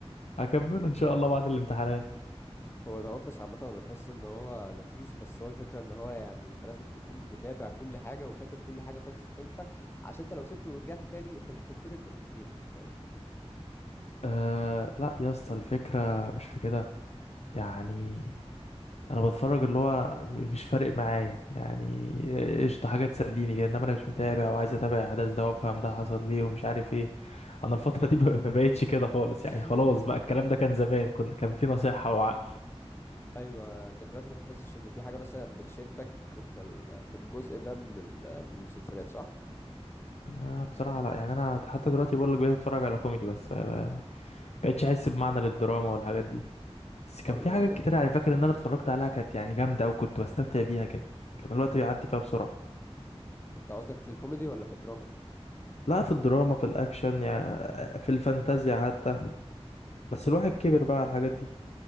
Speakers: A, on the left; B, on the left.
A: هكمله إن شاء الله بعد الامتحانات
B: هو ذا اوفيس عامه انا بحس ان هو لذيذ بس هو الفكره ان هو يعني انت لازم تكون متابع كل حاجه وفاكر كل حاجه خلصت امتى عشان انت لو سبته ورجعت تاني انت مش هتفتكر انت كنت فين فاهم
A: أه لا يا اسطى الفكرة مش في كده يعني أنا بتفرج اللي هو مش فارق معايا يعني قشطة حاجة تسليني كده إنما أنا مش متابع وعايز أتابع أحداث ده وأفهم ده حصل ليه ومش عارف إيه أنا الفترة دي <laughs> ب- ما بقتش كده خالص
B: <laughs>
A: يعني خلاص بقى الكلام ده كان زمان كنا كان في نصيحة وعقل
B: ايوه كان دلوقتي ما بتحسش ان في حاجه مثلا بتشدك في ال- في الجزء ده من المسلسلات صح
A: آه بصراحة لا يعني انا حتى دلوقتي بقول لك بقيت اتفرج على كوميدي بس فما بقتش احس بمعنى للدراما والحاجات دي بس كان
B: والله
A: في حاجات
B: جامد
A: كتير على فاكر ان انا اتفرجت عليها كانت يعني جامدة وكنت بستمتع بيها كده كان الوقت بيعدي فيها بسرعة
B: انت قصدك في الكوميدي ولا في الدراما
A: لا في الدراما في الاكشن يعني في الفانتازيا حتى بس الواحد كبر بقى على الحاجات دي